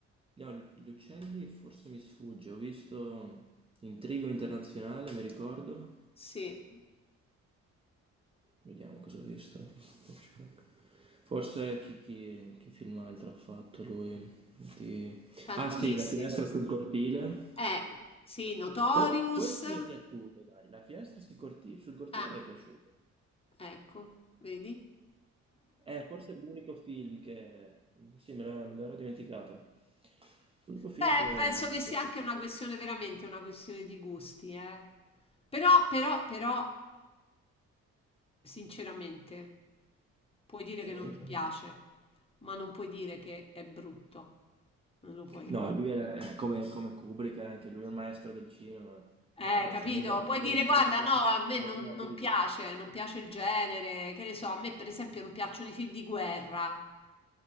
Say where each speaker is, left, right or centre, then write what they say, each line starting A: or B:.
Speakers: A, on the right; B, on the left.
A: No, gli gli uccelli forse mi sfugge, ho visto Intrigo Internazionale, mi ricordo.
B: Sì,
A: Vediamo cosa ho visto. Hitchcock. Forse chi, chi- che film altro ha fatto lui? Di-
B: tantissimi.
A: Ah sì, La finestra sul cortile.
B: Eh, sì, Notorious.
A: Que- quello mi è piaciuto, dai. La finestra sui corti- sul cortile
B: Ah,
A: mi è piaciuto.
B: ecco, vedi?
A: È forse l'unico film che... Sì, me l'ero me l'ero dimenticato. L'unico film
B: Beh,
A: che
B: penso
A: mi
B: che
A: è
B: sia
A: piaciuto.
B: anche una questione, veramente una questione di gusti, eh. Però, però, però, sinceramente, puoi dire
A: Sì.
B: che non Sì. ti piace, ma non puoi dire che è brutto. Non lo puoi
A: No,
B: dire.
A: lui era, eh, come, come Kubrick, era anche lui un maestro del cinema. No,
B: Eh,
A: non
B: capito?
A: c'è nulla da
B: Puoi
A: dire
B: dire, guarda,
A: sulla sua,
B: no, a me
A: sulla
B: non,
A: sua
B: non
A: abilità.
B: piace, non piace il genere, che ne so, a me per esempio non piacciono i film di guerra.